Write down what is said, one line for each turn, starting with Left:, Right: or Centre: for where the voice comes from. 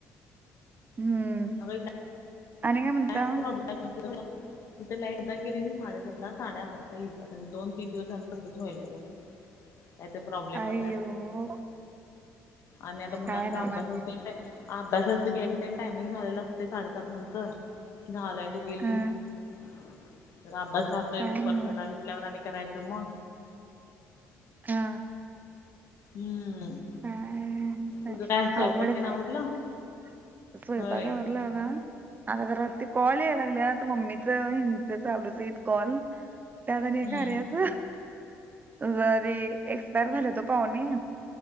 Right: हम्म
Left: होय काय
Right: आणि काय म्हणता
Left: <unintelligible> तिथे लाईट एगदा गेली साडेसातला साडे अकरा येत्या दोन तीन दिवस झाले तसंच व्हाईलय काय तर प्रॉब्लेमच
Right: अयो
Left: आहे आणि आता मुलांच
Right: काय नवाज
Left: अभ्यासा अभ्यासाच घ्यायचं तेनी टायमिंग झालेलं असते साडेसात नंतर <unintelligible> गेली
Right: हा
Left: तर अभ्यास राहतोय
Right: काय
Left: मग परत
Right: नवाज
Left: सकाळी उठल्यावर आणि करायचं मग
Right: हा
Left: हम्म
Right: काय
Left: तुझं काय स्वयंपाक
Right: अवघडच
Left: तेन
Right: आहे
Left: आवरलं
Right: स्वयंपाकावरला
Left: होय
Right: बघा आता जरा ते कॉल याय लागले तर मम्मीच हिंच चालूच हाईत कॉल त्यात नाही
Left: हम्म
Right: कार्याच जरी एक्सपायर झाल तो पाहुणे